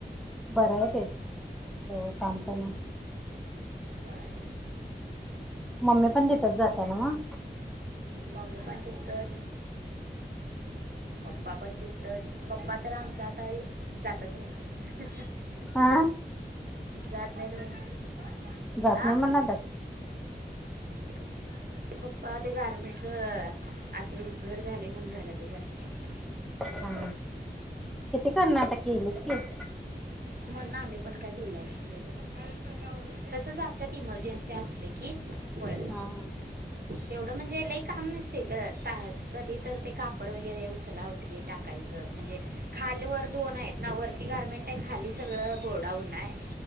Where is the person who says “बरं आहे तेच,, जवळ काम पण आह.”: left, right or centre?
Centre